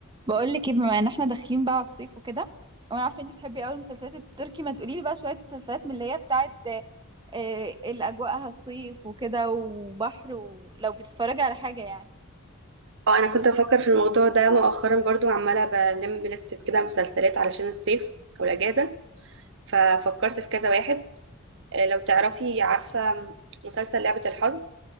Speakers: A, on the right; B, on the right.
A: بقول لك ايه بما ان احنا داخلين بقى على الصيف وكده وانا عارفه انت بتحبي قوي المسلسلات التركي ما تقولي لي بقى شويه مسلسلات من اللي هي بتاعت آه، آه، اللي اجواءها صيف وكده وبحر ولو بتتفرجي على حاجه يعني
B: اه انا كنت بفكر في الموضوع ده مؤخرا برضو عماله بلم لستة كده مسلسلات علشان الصيف والاجازه ففكرت في كذا واحد آه، لو تعرفي عارفه مسلسل لعبه الحظ